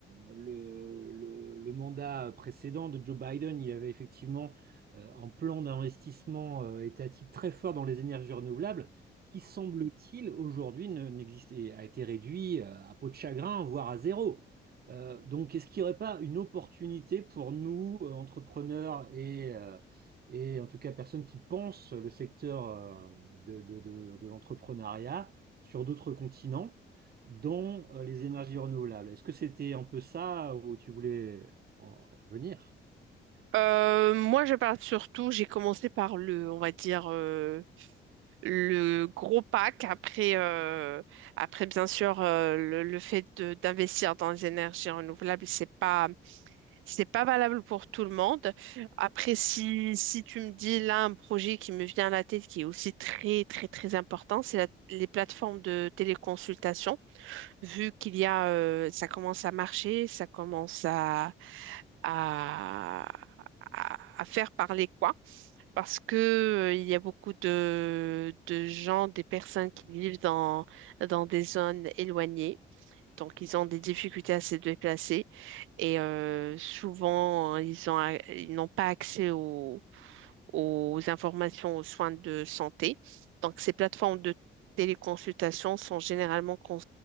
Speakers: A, on the right; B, on the right.
A: le, le- le mandat précédent de Joe Biden, il y avait effectivement euh, un plan d'investissement euh, étatique très fort dans les énergies renouvelables. qui semble-t-il aujourd'hui ne- n'existe et a été réduit euh, à peau de chagrin, voire à zéro. Euh, donc, est-ce qu'il n'y aurait pas une opportunité pour nous, euh, entrepreneurs et, euh, et en tout cas personnes qui pensent le secteur euh, de, de- de- de l'entrepreneuriat sur d'autres continents, dont euh, les énergies renouvelables? Est-ce que c'était un peu ça où tu voulais en venir?
B: Euh, moi, je parle surtout, j'ai commencé par le, on va dire, euh, le gros pack. Après, euh, après bien sûr, euh, le, le fait de- d'investir dans les énergies renouvelables, c'est pas, c'est pas valable pour tout le monde. Après, si, si tu me dis là un projet qui me vient à la tête qui est aussi très, très, très important, c'est la- les plateformes de téléconsultation. Vu qu'il y a, euh, ça commence à marcher, ça commence à à, à- à faire parler quoi, parce que euh, il y a beaucoup de, de gens, des personnes qui vivent dans, dans des zones éloignées. Donc, ils ont des difficultés à se déplacer et euh, souvent, euh, ils ont, a- ils n'ont pas accès aux, aux informations, aux soins de santé. Donc, ces plateformes de téléconsultation sont généralement cons-